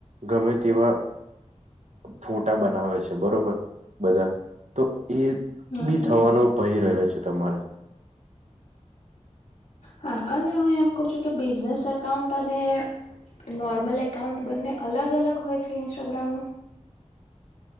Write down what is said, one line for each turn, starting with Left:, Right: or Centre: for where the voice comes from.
Right: ગમે તેવા ફોટા બનાવે છે બરોબર. બધા તો એ
Left: હમ
Right: બી થવાનો
Left: હમ
Right: ભય રહ્યો છે તમારે
Left: હા અને હું એમ કઉ છું કે બિઝનેસ એકાઉન્ટ અને નોર્મલ એકાઉન્ટ બંને અલગ અલગ હોય છે, ઇન્સ્ટાગ્રામનુ